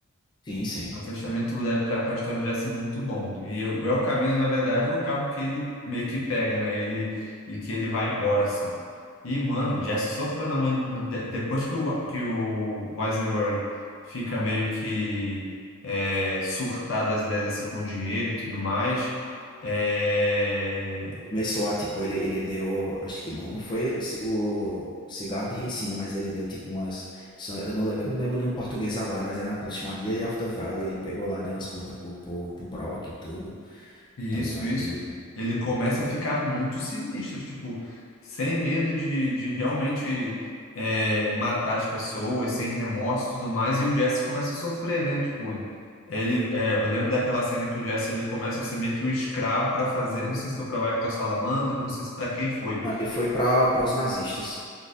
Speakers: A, on the left (about 20°); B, on the left (about 65°).
A: Sim, sim.
B: É um fechamento para a história de Jesse muito bom. E o El Camino, na verdade, é o carro que ele meio que pega, né? Ele, e que ele vai embora, assim. E, mano, o Jesse sofreu na mão. de- Depois que o, que o Weisenberg fica meio que é, surtado das ideias assim, com dinheiro e tudo mais. é,
A: Começou a, tipo, ele, ele deu, acho que não, não foi o, ci- o cigarro de ricina, mas ele deu, tipo, umas, eu não, le- eu não lembro o nome em português agora, mas era uma planta chamada Lily of the Valley, ele pegou lá, deu umas plantas pro, pro, pro Brock e tudo,
B: Isso,
A: tá ligado?
B: isso.
A: Ele,
B: Ele começa a ficar muito sinistro, tipo, sem medo de, de realmente é, matar as pessoas, sem remorso e tudo mais, e o Jesse começa a sofrer, né? Tipo, ele, é, eu lembro daquela cena que o Jesse ele começa a ser meio que o escravo para fazer, eu não sei se foi para Vector Salamandra, não sei se para quem foi.
A: não, ele foi pra, pra os nazistas.